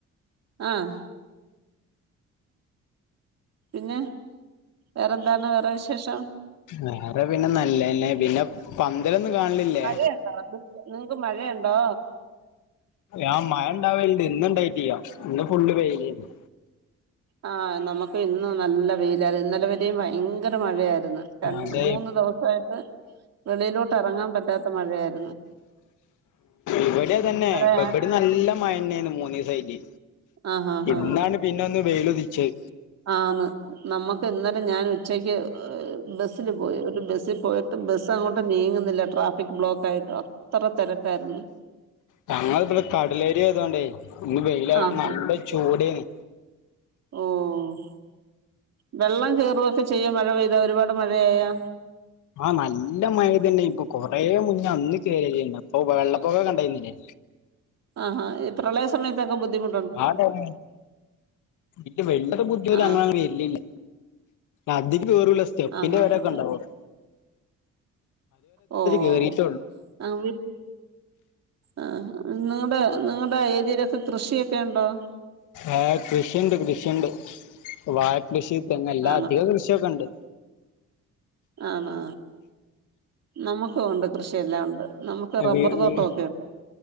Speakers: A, on the right; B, on the left.
A: ആഹ് പിന്നെ വേറെന്താണ് വേറെവിശേഷം
B: വേറെ പിന്നെ നല്ലേന്നെ പിന്നെ പന്തളിയൊന്നും കാണലില്ലേ
A: മഴയുണ്ടോ നിങ്ങക്ക് മഴയുണ്ടോ
B: ആഹ് മഴണ്ടാവൽണ്ട് ഇന്ന്ണ്ടായ്ട്ടിയ്യ ഇന്ന് ഫുളള് വെയിലേന്നു
A: ആഹ് നമക്ക് ഇന്നുനല്ല വെയിലായിരുന്നു ഇന്നലെ വരെയും ഭയങ്കര മഴയായിര്ന്ന് രണ്ട്
B: അതെ
A: മൂന്ന് ദെവസായിട്ട് വെളിയിലോട്ട് എറങ്ങാ പറ്റാത്ത മഴയായിര്ന്നു
B: ഇവിടിതന്നെ
A: ഇന്നലെ
B: ഇപ്പൊ ഇവിടെ നല്ല മഴന്നേന്ന് മൂന്നീസായിറ്റ്
A: ആഹ് ഹാ ഹാ
B: ഇന്നാണ് പിന്നൊന്ന് വെയിലുതിച്ചത്
A: ആന്ന് നമ്മക്ക് ഇന്നലെ ഞാൻ ഉച്ചയ്ക്ക് ബെസ്സില് പോയി ഒരു ബെസ്സിൽ പോയ ട്ട് ബസ് അങ്ങോട്ട് നീങ്ങുന്നില്ല ട്രാഫിക് ബ്ലോക്കായിട്ട് അത്ര തെരക്കായിരുന്ന്
B: ഞങ്ങളിബടെ കടലേരിയയതോണ്ടേ ഇന്ന് വെയിലായിട്ട്
A: ആഹാ
B: നല്ല ചൂടേയ്ന്
A: ഓഹ് വെള്ളം കേറോക്കെ ചെയ്യോ മഴ പെയ്താ ഒരുപാട് മഴയായാ
B: ആഹ് നല്ല മയതന്നെ ഇപ്പൊ കൊറേ മുന്നേ അന്ന് കേരിയാര്ന്നു അപ്പൊ വെള്ളപ്പൊക്കകണ്ടായിരുന്നില്ലേ
A: ആഹ് ഹാ ഈ പ്രളയസമയത്തൊക്കെ ബുദ്ധിമു
B: ആ ടൈം <unintelligible> ബുദ്ധിമുട്ടങ്ങന
A: ആഹ്
B: വെരലില്ല ആതിക്ക് കേറുല്ലാ സെറ്റപ്പിന്റെവരൊക്കെണ്ടാവുള്ളൂ
A: ആഹ് ആഹ് ആഹ് ഓഹ്
B: കേറിട്ടൊള്ളു
A: ആഹ് വി ആഹ് നിങ്ങളുടെ നിങ്ങൾടെ ഏരിയിലൊക്കെ കൃഷിയൊക്കെ ഇണ്ടോ
B: ആഹ് കൃഷിണ്ട് കൃഷിണ്ട് വായ കൃഷി തെങ്ങല്ലെ
A: ആണോ
B: അധിക കൃഷി ഷിയൊക്കണ്ട്
A: ആണാ നമ്മുക്കുണ്ട് കൃഷിയെല്ലാം ഉണ്ട് നമക്ക് റബ്ബറ്
B: വീ വീ
A: തോട്ടോക്കെയുണ്ട്